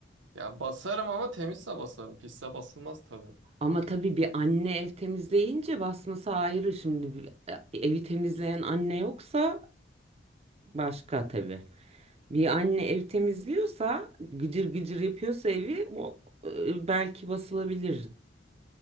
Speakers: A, on the right; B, on the right.
A: ya basarım ama temizse basarım pisse basılmaz tabii
B: Ama tabii bir anne ev temizleyince basması ayrı. Şimdi bir- evi temizleyen anne yoksa başka tabii. Bir anne ev temizliyorsa, gıcır gıcır yapıyorsa evi o e, belki basılabilir.